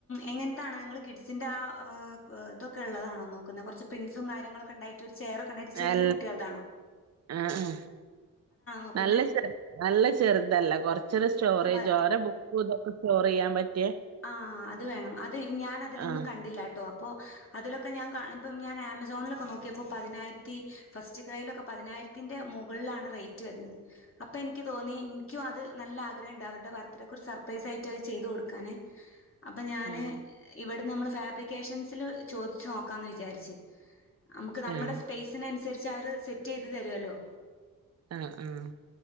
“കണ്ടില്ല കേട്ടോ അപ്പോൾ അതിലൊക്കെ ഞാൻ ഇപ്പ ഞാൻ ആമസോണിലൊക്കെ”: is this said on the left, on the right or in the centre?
Left